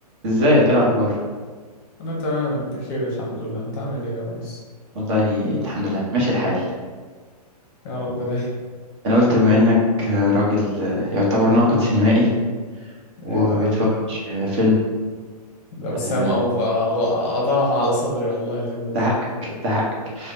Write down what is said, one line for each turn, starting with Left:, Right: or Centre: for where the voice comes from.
Right: ازيك ايه الاخبار
Left: أنا تمام بخير الحمد لله أنت عامل إيه يا ريس؟
Right: والله الحمد لله ماشي الحال
Left: يا رب دايما
Right: انا قلت بما انك راجل يعتبر ناقد سينمائي وما
Left: يا
Right: بتفوتش فيلم
Left: ده وسام
Right: آه،
Left: أوض- أضعها على صدري والله اللي أنت بتقوله
Right: ده حقك ده حقك